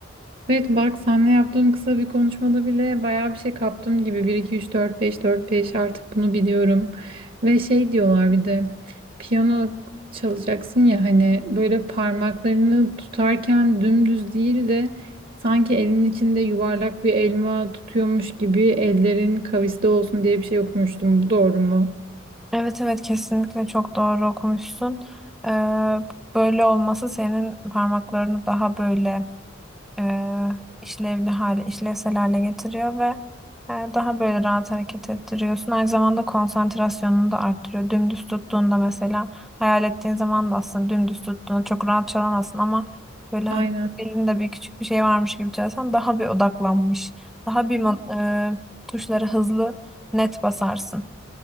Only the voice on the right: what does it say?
Evet bak seninle yaptığım kısa bir konuşmada bile bayağı bir şey kaptım gibi. bir iki üç dört beş dört beş artık bunu biliyorum. Ve şey diyorlar bir de piyano çalacaksın ya hani böyle parmaklarını tutarken dümdüz değil de sanki elinin içinde yuvarlak bir elma tutuyormuş gibi ellerin kaviste olsun diye bir şey okumuştum. Bu doğru mu?
Aynen.